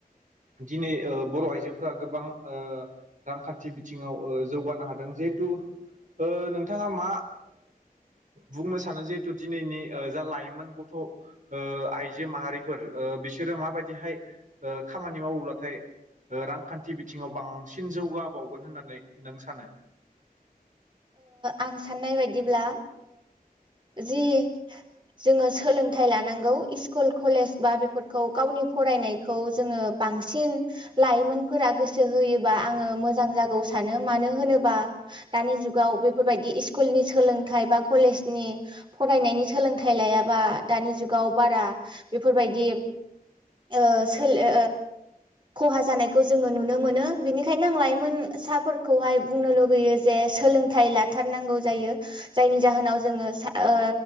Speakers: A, on the right (about 55°); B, on the right (about 30°).
A: दिनै बर' आइजोफोरा गोबां ओ रांखान्थि बिथिङाव जौगानो हादों जिहेथु ओ नोंथाङा मा बुंनो सानो जिहेथु दिनैनि जा लाइमोन गथ' आइजो माहारिफोर बिसोरो माबायदिहाय खामानि मावोब्लाथाय। रांखान्थि बिथिङाव बांसिन जौगाबावगोन होननानै नों सानो।
B: आं साननाय बायदिब्ला जि जोङो सोलोंथाइ लानांगौ स्कुल कलेज बा बेफोरखौ गावनि फरायनायखौ जोङो। बांसिन लाइमोनफोरा गोसो होयोबा आङो मोजां जागौ सानो मानो होनोबा दानि जुग गाव बेफोरबायदि स्कुलनि सोलोंथाइ बा कलेजनि फरायनायनि सोलोंथाइ लायाबा दानि जुगाव बारा बेफोरबायदि ओ सोलो खहा जानायखौ जोङो नुनो मोनो बिनिखायनो आं लाइमोन साफोरखौहाय बुंनो लुुबैयो जे सोलों थाय लाथारनांगौ जायो जायनि जाहोनाव जोङो सा ओ।